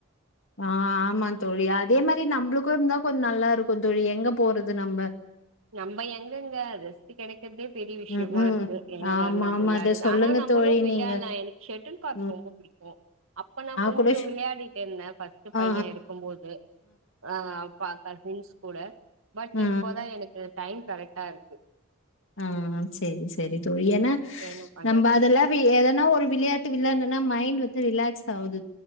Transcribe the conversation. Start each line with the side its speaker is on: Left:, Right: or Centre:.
Left: ஆ ஆமா தோழி அதே மாரி நம்ளுக்கு இருந்தா கொஞ்ச நல்லா இருக்கு தோழி எங்க போறது நம்ப
Right: நம்ப எங்கங்க ரெஸ்ட் கெடைக் கற்தே பெரிய விஷ்யமா
Left: ம் ம்
Right: இருக்கு எங்க
Left: ஆமா
Right: நம்ப
Left: ஆமா
Right: விளையாட்றது
Left: அத சொல்லுங்க
Right: ஆனா நம்பளு
Left: தோழி
Right: விளையாட்லா
Left: நீங்க
Right: எனக் ஷெட்டெல் கார்க்
Left: ம்
Right: ரொம்ப புடிக்கு அப்ப நா கொஞ்ச
Left: கூட ஷ்
Right: விளையாடிட் இருந்தே ஃபர்ஸ்ட்டு பைய
Left: ஆ
Right: இருக்கும் போது ஆ அப்ப அத்த டிவின்ஸ் கூட பட்
Left: ஆ
Right: இப்போதா எனக்கு டைம் கரெக்டா இருக்கு
Left: ஆ செரி செரி தோழி ஏனா
Right: என்ன பண்றது
Left: நம்ப அதுல பி எதனா ஒரு விளையாட்டு விளையாட்னன்னா மைண்ட் வந்து ரிலாக்ஸ் ஆவுது